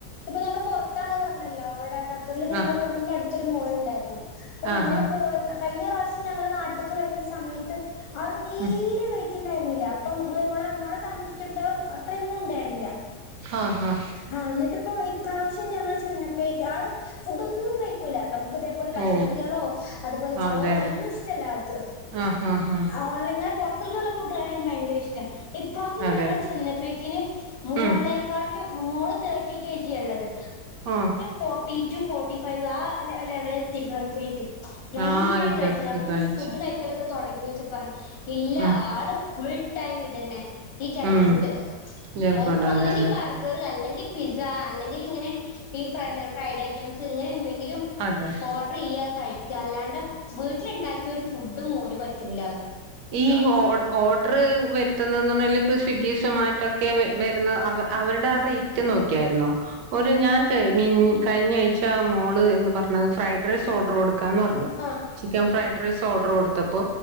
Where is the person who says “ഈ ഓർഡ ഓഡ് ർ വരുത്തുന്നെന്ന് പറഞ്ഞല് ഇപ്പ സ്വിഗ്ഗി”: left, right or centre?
Right